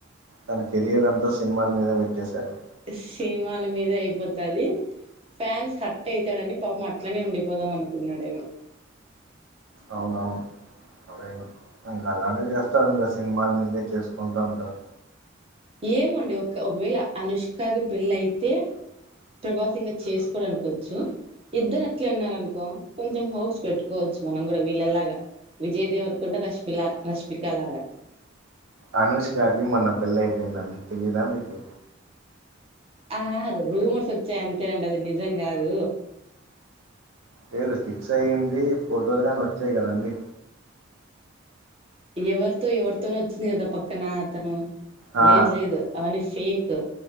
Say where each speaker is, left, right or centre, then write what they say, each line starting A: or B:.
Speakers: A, on the right; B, on the right.
A: తన కెరియర్ అంతా సినిమాల మీద పెట్టేసాడు.
B: ట్ష్ స్సినిమాల మీద అయిపోతాది. ఫ్యాన్స్ హట్ అయితాడని పాపం అట్లనే ఉండిపోదాం అనుకున్నాడేమో?
A: అవునవును అరే ఇంగా అలానే చేస్తారు. ఇంగా సినిమలు ముందే చేసుకుంటా ఉంటారు.
B: ఏమొండి ఒక ఒకవేళ అనుష్కాకి పెళ్ళి అయితే ప్రభాసింగా చేసుకోడనుకోవచ్చు. ఇద్దరు అట్లే ఉన్నారనుకో కొంచెం హోప్స్ పెట్టుకోవచ్చు. మనం కూడా వీళ్ళలాగా విజయ్ దేవరకొండ రష్మిలా రష్పికాలగా
A: అనుష్కకి మొన్న పెళ్లి అయిపోయిందండి తెలియదా మీకు?
B: ఆ రూమర్స్ వచ్చాయి అంతెండి అది నిజం కాదు.
A: లేదు ఫిక్స్ అయ్యింది. ఫోటోలు కాని వచ్చాయి కదండి.
B: ఎవర్తో ఎవర్తోనో వచ్చింది గదా పక్కనా తను
A: ఆ
B: లేద్ లేదు అవన్నీ ఫేక్